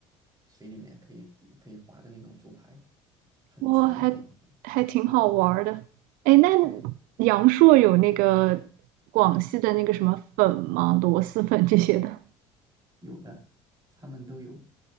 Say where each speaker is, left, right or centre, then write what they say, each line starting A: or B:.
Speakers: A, on the right (about 25°); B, on the right (about 60°).
A: 水里面可以可以划的那种竹排，很传统的
B: 哇，还还挺好玩儿的。
A: 对
B: 哎，那
A: 对，
B: 阳朔有那个广西的那个什么粉吗？螺蛳粉这些的。
A: 有的，他们都有。